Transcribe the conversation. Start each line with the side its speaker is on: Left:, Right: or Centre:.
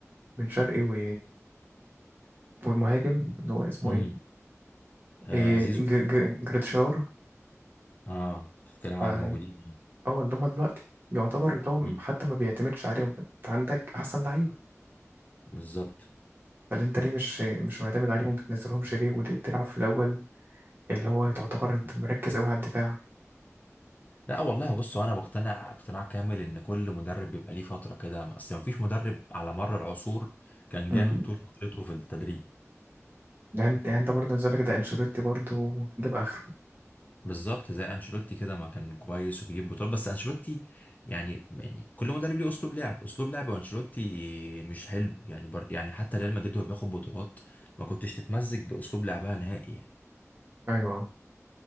Right: بن شرقي و... والمهاجم اللي هو اسمه
Left: امم
Right: إيه,
Left: آه
Right: إيه
Left: زيزو
Right: ج... ج... جريتشار
Left: اه بتتكلم
Right: ف
Left: عن اللي موجودين
Right: اه اللي هما دلوقتي يعتبر اللي هو
Left: مم.
Right: حتى ما بيعتمدش عليهم أنت عندك أحسن لعيبة
Left: بالظبط
Right: فاللي انت ليه مش مش معتمد عليهم بتنزلهمش ليه وليه بتلعب في الاول اللي هو تعتبر انت مركز قوي على الدفاع
Left: لا والله بص انا بقتنع اقتناع كامل ان كل مدرب بيبقى ليه فتره كده اصل ما فيش مدرب على مر العصور كان
Right: مم.
Left: جامد طول فترته في التدريب
Right: يعني انت يعني انت برضه نزلك ده انشيلوتي برضه جاب اخره
Left: بالظبط زي انشيلوتي كده ما كان كويس وبيجيب بطولات بس انشيلوتي يعني يعني كل مدرب ليه اسلوب لعب اسلوب لعب وانشيلوتي مش حلو يعني بر يعني حتى ريال مدريد وهو بياخد بطولات ما كنتش تتمزج باسلوب لعبها نهائي يعني
Right: ايوه